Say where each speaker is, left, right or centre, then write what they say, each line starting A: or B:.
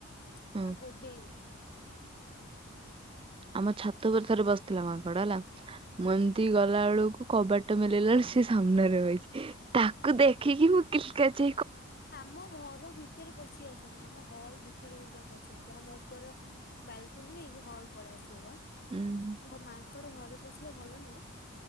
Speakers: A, on the left; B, on the right.
A: ପୁରା
B: ହୁଁ
A: ଗୋଡେଇବ ।
B: ଆମ ଛାତ ଉପରେ ଥରେ ବସିଥିଲା ମାଙ୍କଡ ହେଲା।
A: ହୁଁ।
B: ମୁ ଏମିତି ଗଲା ବେଳକୁ କବାଟ ମିଳେଇଲା ବେଳକୁ ସେ ସାମ୍ନାରେ ବସିଛି ତାକୁ ଦେଖିକି ମୁଁ କିସ୍ କଚ୍
A: ଆମ ଘର ଭିତରେ ପଶି ଆସନ୍ତିି ଆମ ହଲ ଭିତରକୁ ପୁରା ପସି ଆସନ୍ତି । ଜେଜେ ଆମ ଉପର ବାଲକୋନି ନାହିଁ ହଲ ପଳେଇ ଆସ
B: ଉଁ
A: ଘମା ଘରେ ପଶିଲେ ଭଲ ନୁହଁ